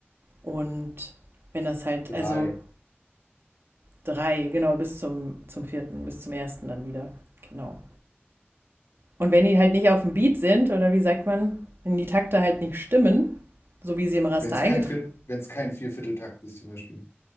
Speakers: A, on the right (about 65°); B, on the left (about 85°).
A: Und wenn das halt,
B: Drei.
A: also drei, genau, bis zum, zum vierten, bis zum ersten dann wieder. Genau. Und wenn die halt nicht auf dem Beat sind, oder wie sagt man, wenn die Takte halt nicht stimmen, so wie sie im Raster
B: Wenn es
A: eingetragen
B: kein Viert,
A: sind,
B: wenn es kein Viervierteltakt ist, zum Beispiel.